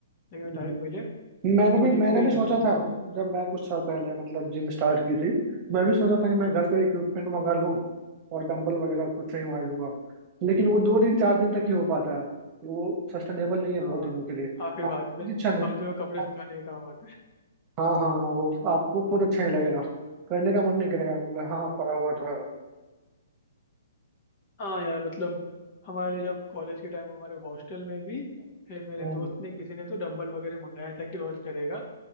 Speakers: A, on the left (about 40°); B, on the right (about 25°).
A: लेकिन
B: हम्म
A: टाइम
B: हम्म
A: मिले
B: मैंने
A: तो
B: भी
A: जिम
B: मैंने
A: पे ही
B: भी
A: जाना
B: सोचा
A: चाहिए
B: था जब मैं कुछ साल पहले मतलब जिम स्टार्ट की थी मैं भी सोचा था कि मैं घर पे इक्विपमेंट मंगा लूँ और डंबल वगैरह खुद से ही मार लूंगा लेकिन वो दो दिन चार दिन तक ही हो पाता है वो सस्टेनेबल नहीं है बहुत
A: हाँ
B: दिनों के लिए
A: हाँ फिर
B: आप
A: बाद
B: खुद
A: में
B: इच्छा नहीं
A: बाद में वो कपड़े
B: आप-
A: सुखाने का काम आता है
B: हाँ हाँ हाँ वो आपको खुद अच्छा नहीं लगेगा करने का मन नहीं करेगा बोले हाँ पड़ा हुआ तो है
A: हाँ यार मतलब हमारे जब कॉलेज के टाइम हमारे हॉस्टल में भी फिर मेरे
B: हम्म
A: दोस्त ने किसी ने तो डंबल वगैरह मंगाया था कि रोज करेगा